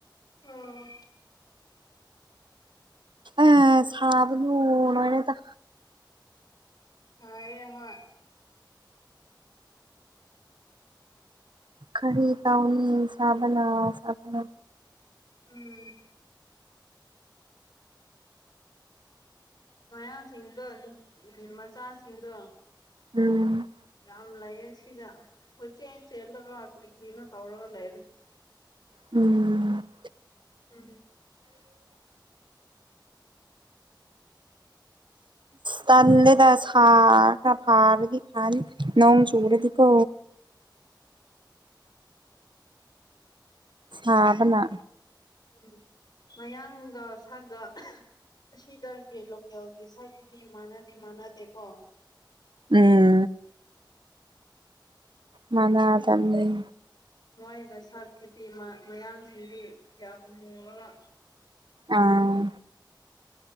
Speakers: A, on the left (about 60°); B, on the right (about 75°).
A: ꯑꯣ
B: ꯑ ꯁꯥꯕꯗꯨ ꯂꯣꯏꯔꯦꯗ
A: ꯁꯥꯢꯌꯦ ꯍꯣꯏ
B: ꯀꯔꯤ ꯇꯧꯅꯤ ꯁꯥꯕꯅ ꯁꯥꯕꯅ
A: ꯎꯝ ꯃꯌꯥꯁꯤꯡꯗꯣ ꯎꯝ ꯃꯆꯥꯁꯤꯡꯗꯣ
B: ꯎꯝ
A: ꯌꯥꯝ ꯂꯩꯌꯦ ꯁꯤꯗ ꯍꯣꯏꯆꯦꯟ ꯆꯦꯜꯂꯒ ꯀꯔꯤ ꯀ꯭ꯔꯤꯅꯣ ꯇꯧꯔꯒ ꯂꯩ
B: ꯎꯝ
A: ꯎꯝ
B: ꯇꯟꯂꯦꯗ ꯁꯥꯔꯀꯥꯟꯗꯗꯤ ꯈꯥꯅꯤ ꯅꯣꯡ ꯆꯨꯔꯗꯤ ꯀꯣ ꯊꯥꯕꯅꯥ
A: ꯎꯝ ꯃꯌꯥꯡꯒ ꯁꯥꯒ ꯑꯁꯤꯗꯒꯤ ꯂꯣꯀꯦꯜꯒꯤ ꯁꯛꯗꯤ ꯃꯥꯟꯅꯗꯤ ꯃꯥꯟꯅꯗꯦꯀꯣ
B: ꯎꯝ ꯃꯥꯅꯥ ꯌꯥꯝ ꯂꯩ
A: ꯃꯣꯏꯒ ꯁꯥꯔꯀꯤꯗꯤ ꯃꯌꯥꯡꯁꯤꯡꯗꯤ ꯌꯥꯝ ꯃꯨꯔꯒ
B: ꯑꯥ